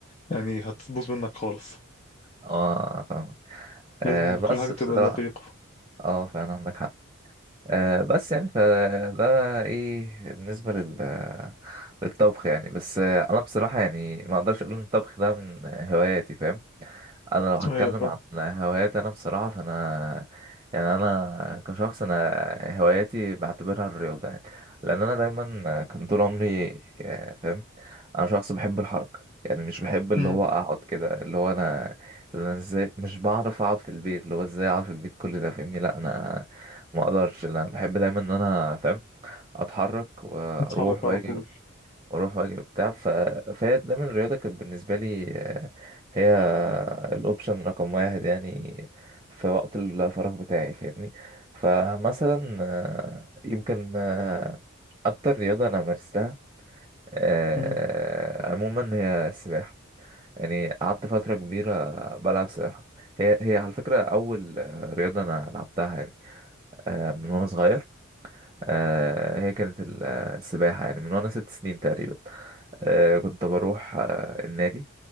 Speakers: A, on the left; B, on the right.
A: يعني هتبوظ منك خالص
B: اه آه، فاهم
A: لازم
B: آه بس
A: كل حاجة تبقى
B: بصراحة
A: دقيقة
B: اه فعلا عندك حق آه بس يعني فده ايه بالنسبة لل للطبخ يعني بس آه انا بصراحة يعني ما اقدرش اقول ان الطبخ ده من هواياتي فاهم انا لو هتكلم
A: أيوة
B: عن هواياتي انا بصراحه فانا يعني انا كشخص انا هواياتي بعتبرها الرياضه يعني لان انا دايما كان طول عمري آه، فاهم انا شخص بحب الحركه يعني مش بحب اللي
A: فاهم
B: هو اقعد كده اللي هو انا اللي انا ازاي مش بعرف اقعد في البيت اللي هو ازاي اقعد في البيت كل ده فاهمني لا انا ما اقدرش لا، انا بحب دايما ان انا فاهم اتحرك واروح
A: نتحرك على
B: واجي
A: طول
B: واروح واجي وبتاع ف... فهي دايما الرياضه كانت بالنسبه لي آه، هي الاوبشن رقم واحد يعني في وقت الفراغ بتاعي فاهمني فمثلا آه، يمكن آه، اكتر رياضه انا مارستها آه،
A: مم.
B: عموما هي السباحه يعني قعدت فتره كبيره بلعب سباحه هي هي على فكره اول آه، رياضه انا لعبتها يعني آه، من وانا صغير آه، هي كانت ال- آه، السباحه يعني من وانا ست سنين تقريبا آه، كنت بروح آه، النادي